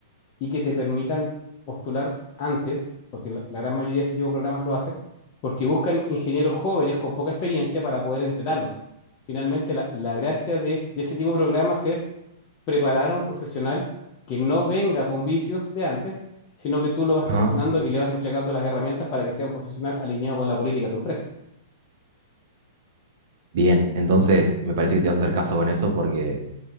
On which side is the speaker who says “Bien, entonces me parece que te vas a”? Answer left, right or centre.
Right